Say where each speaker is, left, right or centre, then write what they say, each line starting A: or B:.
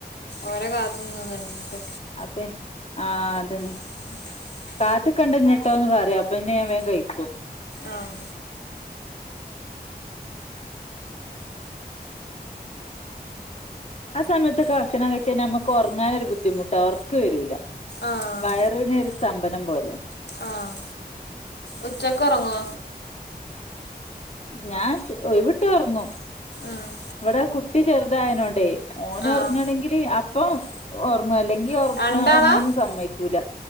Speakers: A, on the left (about 80°); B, on the left (about 40°).
A: ഓരെ കാത്ത്ങ്ങ നിന്ന്ട്ട്
B: അപ്പ ഇൻ ആഹ് അതന്നെ.
A: <inaudible> <inaudible>
B: കാത്ത്ക്കണ്ടഞ്ട്ടോന്ന് പറീം അപ്പപിന്നെ ഞാൻ വേം കഴിക്കും
A: ആഹ്
B: ആ സമയത്ത് ഭക്ഷണം കഴിച്ച് കഴിഞ്ഞാൽ നമ്മക്ക് ഉറങ്ങാൻ ഒരു ബുദ്ധിമുട്ടാ ഒർക്ക് വരൂല.
A: ആഹ്
B: വയറിനെ ഒരു സ്തംഭനം പോലെ.
A: ആഹ് ഉച്ചക്ക് ഒറങ്ങോ?
B: ഞാൻ ഒയ്‌വ്ട്ട്യാ ഒർങ്ങും
A: ആഹ്.
B: ഇവടെ കുട്ടി ചെർതായനോണ്ടെ ഓനൊർങ്ങണെങ്കില്
A: ആഹ്
B: അപ്പം ഒർങ്ങും അല്ലങ്കി- ട്ടി ഒർക്കാ
A: രണ്ടാളാ
B: ഒർങ്ങാനൊന്നും സമ്മയ്ക്കൂല